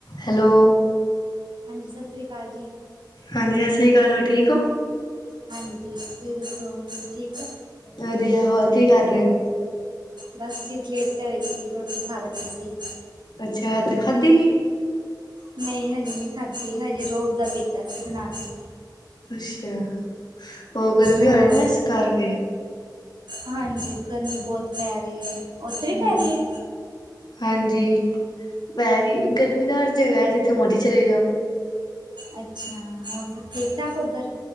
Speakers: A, on the left; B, on the right.
A: Hello,
B: ਹਾਂਜੀ, ਸਤਿ ਸ੍ਰੀ ਅਕਾਲ ਜੀ।
A: ਹਾਂਜੀ, ਸਤਿ ਸ਼੍ਰੀ ਅਕਾਲ ਹੋ ਠੀਕ ਓ?
B: ਹਾਂਜੀ। ਤੁਹੀ ਦੱਸੋ ਤੁਹੀ ਠੀਕ ਓ?
A: ਵਧੀਆ, ਹੋਰ ਕੀ ਕਰ ਰਹੇ ਹੋ?
B: ਬਸ ਫਿਰ ਲੇਟੇ ਹੋਏ ਸੀ ਰੋਟੀ ਖਾਣ ਲੱਗੇ ਸੀ।
A: ਅੱਛਾ। ਤੇ ਖਾਧੀ ਨੀ।
B: ਨਹੀਂ ਹਜੇ ਨਹੀਂ ਖਾਧੀ, ਹਜੇ ਰੋਜ਼ਆਬਜਾ ਪੀਤਾ ਸੀ ਬਣਾ ਕੇ।
A: ਅੱਛਾ। ਓ ਗਰਮੀ
B: ਹੋਰ
A: ਹੋ ਰਹੀ ਨਾ ਇਸ ਕਰਕੇ।
B: ਹਾਂਜੀ ਗਰਮੀ ਬਹੁਤ ਪੈ ਰਹੀ ਹੈ, ਓਥੇ ਵੀ
A: ਹਮ
B: ਪੈ ਰਹੀ ਹੈ।
A: ਹਾਂਜੀ। ਪੈ ਰਹੀ ਗਰਮੀ ਤਾਂ ਹਰ ਜਗ੍ਹਾ ਹੈ ਜਿੱਥੇ ਮਰਜੀ ਚਲੇ ਜਾਓ।
B: ਅੱਛਾ। ਹੋਰ ਠੀਕ -ਠਾਕ ਉੱਧਰ।